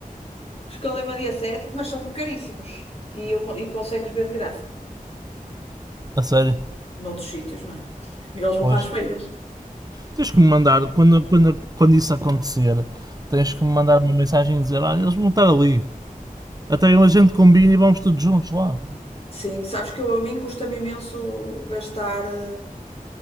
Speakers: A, on the left (about 45°); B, on the right (about 25°).
A: Escalema dia sete mas são caríssimos. E, eu, con- e consegues ver de graça.
B: A sério,
A: Noutros sítios, não é? <laughs> Eles vão
B: pois
A: às feiras.
B: Tens que me mandar, quando, quando, quando isso acontecer, tens que me mandar uma mensagem e dizer: Olha, eles vão estar ali. Até a gente combina e vamos todos juntos lá.
A: Sim, sabes que eu, a mim custa-me imenso gastar, eh,